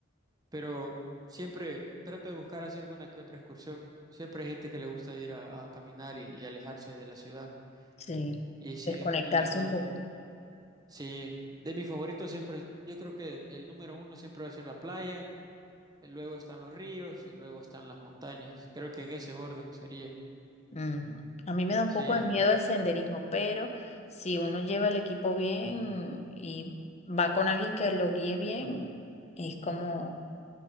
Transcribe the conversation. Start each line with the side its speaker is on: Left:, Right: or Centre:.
Right: pero siempre trato de buscar así alguna que otra excursión. Siempre hay gente que le gusta ir a, a caminar y, y alejarse de la ciudad.
Left: Sí,
Right: Y sí,
Left: desconectarse
Right: lo-
Left: un poco.
Right: sí, de mis favoritos siempre, yo creo que el número uno siempre va a ser la playa, eh, luego están los ríos y luego están las montañas. Creo que en ese orden sería.
Left: Mm, A mí me da un
Right: Sí,
Left: poco de
Right: eh,
Left: miedo el senderismo, pero si uno lleva el equipo bien y va con alguien que lo guíe bien, es como,
Right: ujú.
Left: o